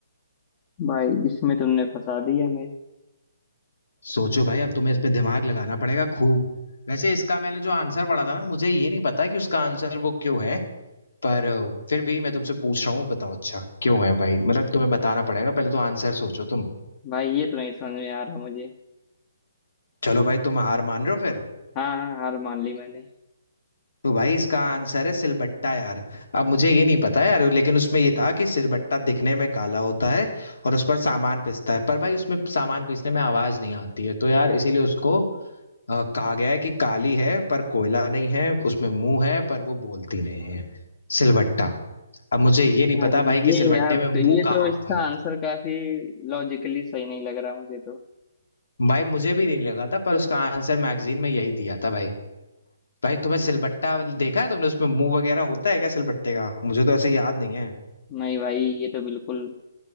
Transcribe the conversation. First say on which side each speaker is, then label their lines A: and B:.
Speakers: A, on the left (about 30°); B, on the left (about 75°).
A: भाई इसमें तुमने फंसा दिया मैं
B: सोचो भाई अब तुम्हें इस पे दिमाग लगाना पड़ेगा खूब वैसे इसका मैंने जो आंसर पढ़ा था ना मुझे ये नहीं पता कि उसका आंसर वो क्यों है पर अ, फिर भी मैं तुमसे पूछ रहा हूँ बताओ अच्छा क्यों है भाई मतलब तुम्हें बताना पड़ेगा पहले तो आंसर सोचो तुम
A: भाई ये तो नहीं समझ में आ रहा मुझे
B: चलो भाई तुम हार मान रहे हो फिर
A: हाँ हाँ हार मान ली मैंने
B: तो भाई इसका आंसर है सिलबट्टा यार अब मुझे ये नहीं पता यार लेकिन उसमें ये था कि सिलबट्टा दिखने में काला होता है और उस पर सामान पिसता है पर भाई उसमें सामान पीसने में आवाज नहीं आती है तो यार इसीलिए उसको अ, कहा गया है कि काली है पर कोयला नहीं है उसमें मुंह है पर वो बोलती नहीं है सिलबट्टा अब मुझे ये नहीं
A: भाई
B: पता भाई कि
A: ये
B: सिलबट्टे
A: यार
B: में मुंह
A: तो ये
B: कहाँ
A: तो इसका
B: होता है
A: आंसर काफी लॉजिकली सही नहीं लग रहा मुझे तो
B: भाई मुझे भी नहीं लगा था पर उसका आंसर मैगजीन में यही दिया था भाई भाई तुम्हें सिलबट्टा देखा है तुमने उसमें मुंह वगैरह होता है क्या सिलबट्टे का मुझे तो ऐसे याद नहीं है
A: नहीं भाई ये तो बिल्कुल